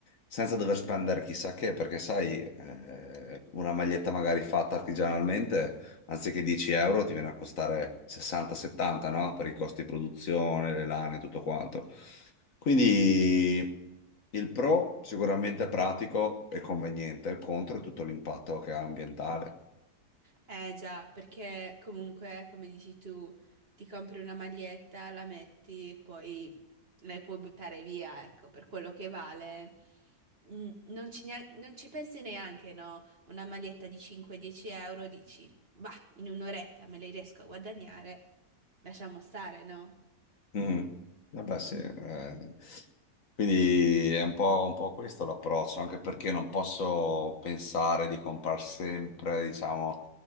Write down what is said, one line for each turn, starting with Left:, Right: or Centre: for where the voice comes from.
Left: senza dover spendere chissà che, perché sai, eh, una maglietta magari fatta artigianalmente, anziché 10 euro ti viene a costare 60-70, no? Per i costi di produzione, le lane, tutto quanto. Quindi il pro sicuramente è pratico e conveniente, il contro è tutto l'impatto che ha ambientale.
Right: Eh già, perché comunque, come dici tu, ti compri una maglietta, la metti e poi la puoi buttare via, ecco, per quello che vale. Mm, Non ci, nean- non ci pensi neanche, no? Una maglietta di 5-10 euro, dici, bah, in un'oretta me le riesco a guadagnare, lasciamo stare, no?
Left: Mm. Vabbè, sì, eh. Quindi è un po', un po' questo l'approccio, anche perché non posso pensare di comprare sempre, diciamo,